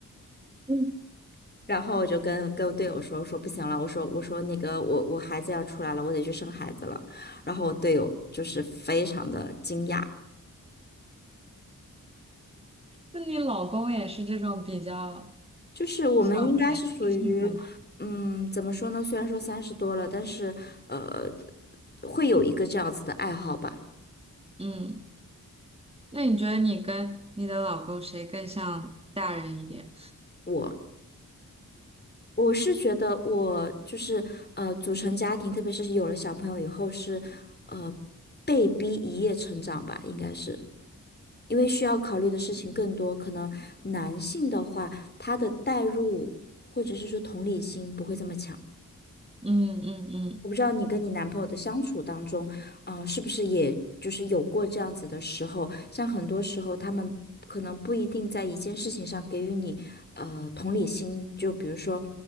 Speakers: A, on the right (about 15°); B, on the left (about 30°).
A: 嗯，
B: <laughs> 然后我就跟跟队友说，我说不行了，我说我说那个我我孩子要出来了，我得去生孩子了。然后我队友就是非常的惊讶，
A: 那你老公也是这种比较
B: 就是我们应该是属于，
A: 小孩心性的吗？
B: 嗯，怎么说呢？虽然说三十多了，但是呃，会有一个这样子的爱好吧。
A: 嗯，那你觉得你跟你的老公谁更像大人一点？
B: 我我是觉得我就是呃，组成家庭，特别是有了小朋友以后是，呃，被逼一夜成长吧，应该是。因为需要考虑的事情更多，可能男性的话，他的代入或者是说同理心不会这么强。
A: 嗯嗯嗯
B: 我不知道你跟你男朋友的相处当中，嗯、是不是也就是有过这样子的时候？像很多时候，他们可能不一定在一件事情上给予你呃同理心，就比如说